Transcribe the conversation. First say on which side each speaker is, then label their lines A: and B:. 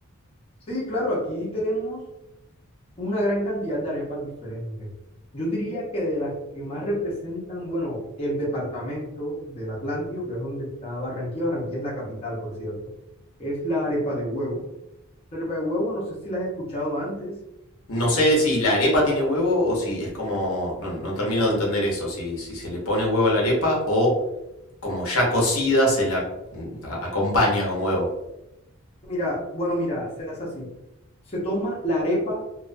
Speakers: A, on the left; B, on the left.
A: Sí, claro, aquí tenemos una gran cantidad de arepas diferentes. Yo diría que de las que más representan, bueno, el departamento del Atlántico, que es donde está Barranquilla, Barranquilla es la capital, por cierto, es la arepa de huevo. La arepa de huevo, no sé si la has escuchado antes.
B: No sé si la arepa tiene huevo o si es como. No, no termino de entender eso. Si, si se le pone huevo a la arepa o como ya cocida se la mm, a- acompaña con huevo.
A: Mira, bueno, mira, se hace así. Se toma la arepa